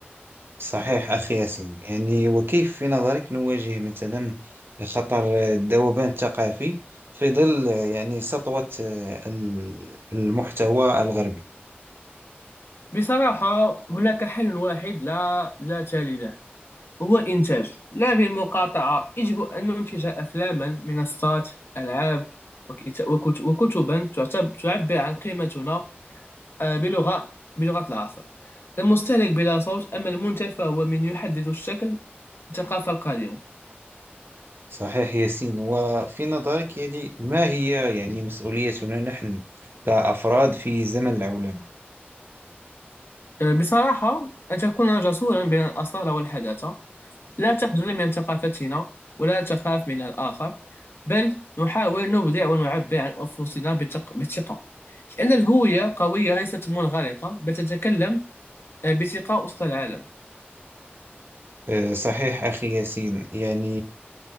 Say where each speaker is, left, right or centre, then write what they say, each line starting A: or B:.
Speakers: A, on the right; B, on the left.
A: صحيح أخي ياسين يعني وكيف في نظرك نواجه مثلا خطر الذوبان الثقافي في ظل يعني سطوة آه، ال- المحتوى الغربي
B: بصراحة هناك حل واحد لا لا تالي له هو الإنتاج لا بالمقاطعة يجب أن ننتج أفلاما منصات ألعاب وكت- وكت- وكتبا تعتب- تعبر عن قيمتنا آه، بلغة بلغة العصر المستهلك بلا صوت أما المنتج فهو من يحدد الشكل الثقافة القادمة
A: صحيح ياسين وفي نظرك يعني ما هي يعني مسؤوليتنا نحن كأفراد في زمن العولمة
B: آه، بصراحة أن تكون جسورا بين الأصالة والحداثة لا تخجل من ثقافتنا ولا تخاف من الآخر بل نحاول نبدع ونعبر عن أنفسنا بتق... بثقة لأن الهوية قوية ليست منغلقة بل تتكلم آه، بثقة وسط العالم
A: أه، صحيح أخي ياسين يعني